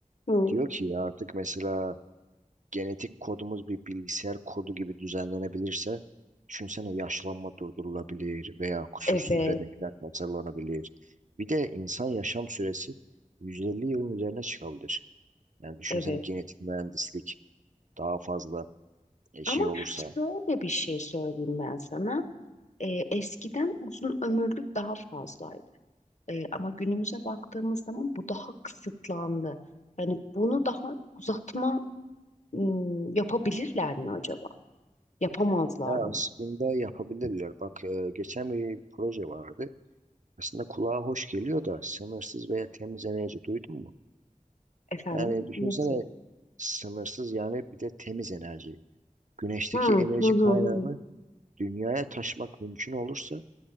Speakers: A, on the left (about 60°); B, on the right (about 65°).
A: Hı.
B: Diyor ki ya artık mesela genetik kodumuz bir bilgisayar kodu gibi düzenlenebilirse, düşünsene yaşlanma durdurulabilir veya kusursuz
A: Evet,
B: bebekler tasarlanabilir. Bir de insan yaşam süresi 150 yılın üzerine çıkabilir. Yani düşünsene
A: evet.
B: genetik mühendislik daha fazla e, şey
A: Ama
B: olursa.
A: şöyle bir şey söyleyeyim ben sana. Ee, eskiden uzun ömürlük daha fazlaydı. Ee, ama günümüze baktığımız zaman bu daha kısıtlandı. Yani bunu daha uzatma ım, yapabilirler mi acaba? Yapamazlar
B: Ya
A: mı?
B: aslında yapabilirler. Bak e, geçen bir proje vardı. Aslında kulağa hoş geliyor da sınırsız veya temiz enerji duydun mu?
A: Efendim
B: Yani düşünsene
A: nasıl?
B: sınırsız yani bir de temiz enerji. Güneşteki
A: Hı
B: enerji
A: hı
B: kaynağını
A: hı hı.
B: dünyaya taşmak mümkün olursa